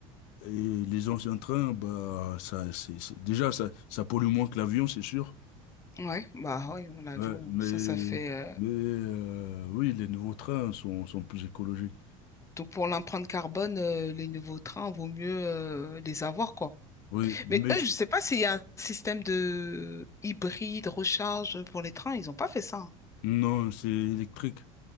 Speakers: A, on the left (about 65°); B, on the left (about 15°).
A: et les anciens trains, bah ça, c'est, c'est- déjà ça, ça pollue moins que l'avion, c'est sûr.
B: Ouais, bah oui, l'avion,
A: Ouais, mais
B: ça, ça fait. euh,
A: mais euh, oui, les nouveaux trains sont sont plus écologiques.
B: Donc pour l'empreinte carbone, euh, les nouveaux trains, vaut mieux euh, les avoir, quoi.
A: Oui, mais
B: Mais eux,
A: je-
B: je sais pas s'il y a un système de hybride, recharge pour les trains, ils ont pas fait ça. hein.
A: non, c'est électrique.